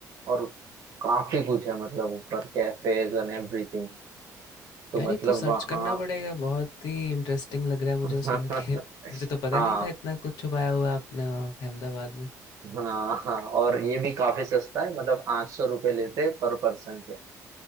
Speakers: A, on the right; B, on the left.
A: और काफी कुछ है मतलब ऊपर कैफेज एंड एवरीथिंग तो
B: यार,
A: मतलब
B: ये तो सर्च
A: वहाँ
B: करना पड़ेगा, बहुत ही इंटरेस्टिंग लग रहा है मुझे
A: <laughs>
B: सुन के। <laughs> मुझे तो पता
A: हाँ
B: नहीं था इतना कुछ छुपाया हुआ है आपने वहाँ पे अहमदाबाद में।
A: हाँ हाँ और ये भी काफी सस्ता है मतलब आठ सौ रुपये लेते पर पर्सन के